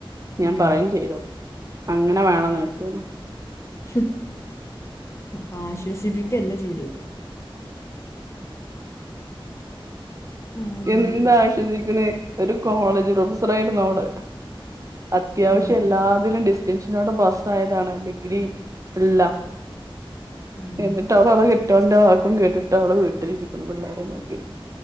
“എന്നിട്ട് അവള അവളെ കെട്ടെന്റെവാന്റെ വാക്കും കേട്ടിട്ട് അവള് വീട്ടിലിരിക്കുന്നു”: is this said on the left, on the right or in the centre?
Right